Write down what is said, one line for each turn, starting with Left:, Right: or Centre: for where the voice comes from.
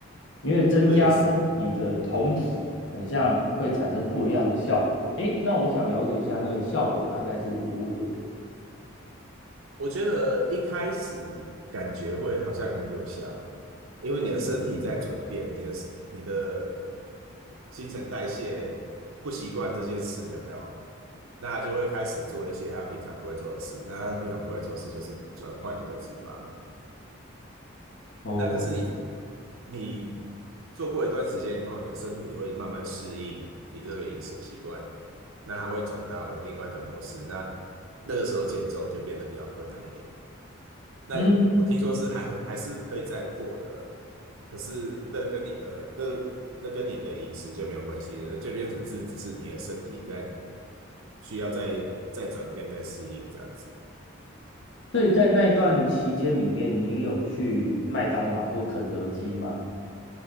Left: 因为增加身体的酮体，
Right: 对，
Left: 很像会产生不一样的效果。诶，那我想了解一下那个效果大概是如何。
Right: 我觉得一开始感觉会好像很有效，因为你的身体在转变，你的你的新陈代谢不习惯这件事，有没有？那他就会开始做一些他平常不会做的事，那他平常不会做的事就是转换你的脂肪。
Left: 哦，
Right: 那可是你你做过一段时间以后，你的身体会慢慢适应你这个饮食习惯，那它会转到另外一个模式，那那个时候减重就变得比较困难一点。那我听说是还还是可以再破的，
Left: 嗯，
Right: 可是那跟你的那那跟你的饮食就没有关系了，就变成是只是你的身体在需要再再转变、再适应这样子。
Left: 所以在那段期间里面，你有去麦当劳或肯德基吗？